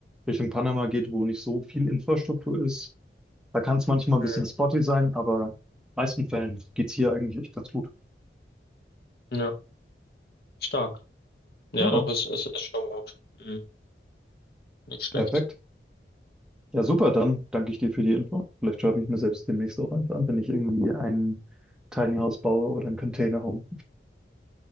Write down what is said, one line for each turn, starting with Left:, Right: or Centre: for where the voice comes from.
Centre: Richtung Panama geht, wo nicht so viel Infrastruktur ist. Da kann es manchmal ein
Left: Mhm.
Centre: bisschen spotty sein, aber in den meisten Fällen geht's hier eigentlich echt ganz gut.
Left: Ja, stark. Ja,
Centre: Ja,
Left: doch, es ist, ist, ist schon gut. Mhm. Nicht schlecht.
Centre: perfekt. Ja, super, dann danke ich dir für die Info. Vielleicht schaffe ich mir selbst demnächst auch eins an, wenn ich irgendwie ein Tiny House baue oder ein Container Home.